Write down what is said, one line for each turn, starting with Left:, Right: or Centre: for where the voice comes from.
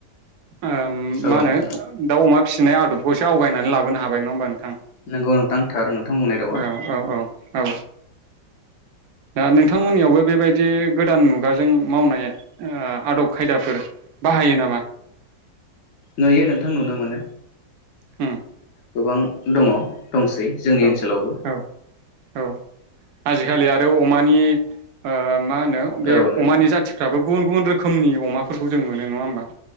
Right: ओम
Left: औ
Right: मा होनो
Left: नोंथां
Right: दाउ अमा फिसिनाय आदबखौ एसे आवगायनानै लाबोनो हाबाय नङा होमबा नोंथां।
Left: नंगौ नोंथां थार नोंथां बुंनाय रावा।
Right: औ औ औ। दा नोंथांमोननियावबो बेबायदि गोदान मुगाजों मावनाय ओ आदब खायदाफोर बाहायो नामा?
Left: नुयो नोंथां नुनो मोनो।
Right: उम।
Left: गोबां दङ। दंसै जोंनि
Right: औ
Left: ओनसोलावबो
Right: औ औ आजिखालि आरो अमानि ओ मा होनो बे
Left: औ नोंथां
Right: अमानि जाथिफ्राबो गुबुन गुबुन रोखोम रोखोमनि अमाफोरखौ जों मोनो नङा होमबा।